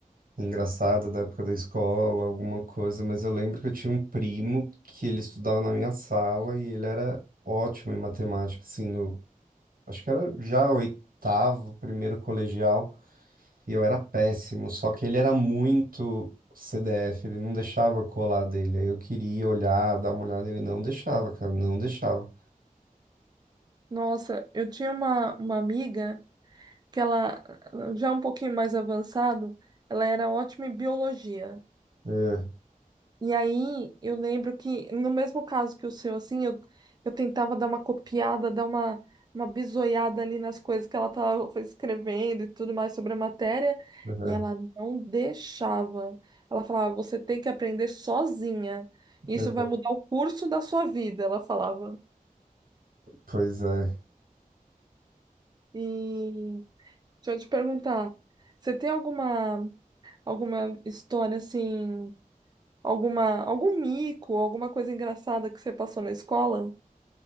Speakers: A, on the right; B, on the right.
A: engraçada da época da escola, alguma coisa, mas eu lembro que eu tinha um primo que ele estudava na minha sala e ele era ótimo em matemática, assim, no, acho que era já oitavo, primeiro colegial, e eu era péssimo, só que ele era muito CDF, ele não deixava eu colar dele, aí eu queria olhar, dar uma olhada, ele não deixava, cara, não deixava.
B: Nossa, eu tinha uma, uma amiga que ela, já um pouquinho mais avançado, ela era ótima em biologia.
A: É,
B: E aí eu lembro que, no mesmo caso que o seu, assim, eu, eu tentava dar uma copiada, dar uma, uma bisoiada ali nas coisas que ela estava escrevendo e tudo mais sobre a matéria,
A: aham,
B: e ela não deixava. Ela falava, você tem que aprender sozinha. Isso
A: é,
B: vai mudar o curso da sua vida, ela falava.
A: pois é.
B: E deixa eu te perguntar, você tem alguma, alguma história assim, alguma, algum mico, alguma coisa engraçada que você passou na escola?